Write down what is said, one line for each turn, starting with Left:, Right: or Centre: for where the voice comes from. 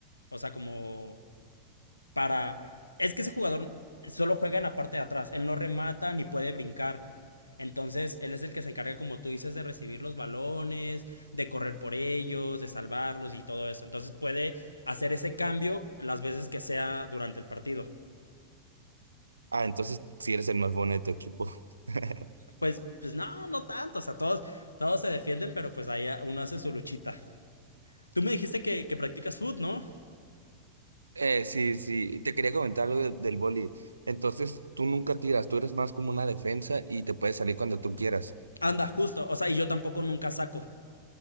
Left: O sea, como para... Es que ese jugador solo juega en la parte de atrás, él no remata ni puede brincar. Entonces, él es el que se encarga, como tú dices, de recibir los balones, de correr por ellos, de salvarlos y todo eso. Entonces, puede hacer ese cambio las veces que sea durante el partido.
Right: Ah, entonces sí eres el más bueno de tu equipo. <laughs>
Left: Pues, pues no, no tanto, o sea, todos, todos se defienden, pero pues ahí uno hace su luchita. Tú me dijiste que, que practicas food, ¿no?
Right: Eh, sí, sí, te quería comentar algo de- del boli. Entonces, tú nunca tiras, tú eres más como una defensa y te puedes salir cuando tú quieras.
Left: Anda, justo. O sea, y yo tampoco nunca saco.